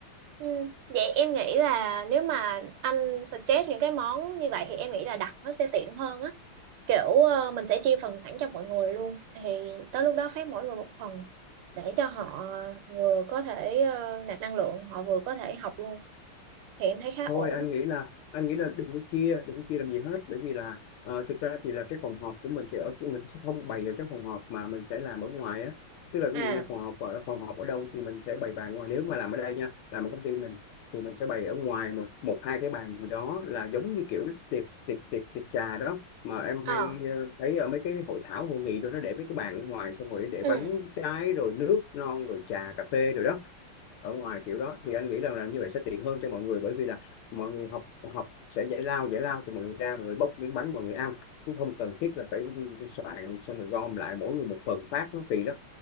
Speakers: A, on the right; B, on the left.
A: ừ. vậy em nghĩ là nếu mà anh suggest những cái món như vậy thì em nghĩ là đặt nó sẽ tiện hơn á kiểu ờ, mình sẽ chia phần sẵn cho mọi người luôn thì tới lúc đó phát mỗi người một phần để cho họ vừa có thể ờ, nạp năng lượng họ vừa có thể học luôn thì em thấy khá
B: thôi
A: ổn
B: anh nghĩ là anh nghĩ là đừng có chia đừng có chia làm gì hết bởi vì là ờ, thực ra thì là cái phòng họp của mình sẽ ở chứ mình sẽ không bày ở trong phòng họp mà mình sẽ làm ở ngoài á tức là
A: à
B: ví dụ như phòng họp ở phòng họp ở đâu thì mình sẽ bày bàn ngoài nếu mà làm ở đây nha làm ở công ty mình thì mình sẽ bày ở ngoài một một hai cái bàn gì đó là giống như kiểu tiệc tiệc tiệc tiệc trà đó mà em
A: ờ
B: hay ờ, thấy ở mấy cái hội thảo hội nghị rồi nó để mấy cái bàn ở ngoài xong rồi để
A: ừ
B: bánh trái rồi nước non rồi trà cà phê rồi đó ở ngoài kiểu đó thì anh nghĩ rằng là như vậy sẽ tiện hơn cho mọi người bởi vì là mọi người học học sẽ giải lao giải lao thì mọi người ra mọi người bốc miếng bánh mọi người ăn chứ không cần thiết là phải soạn xong rồi gom lại mỗi người một phần phát nó kỳ lắm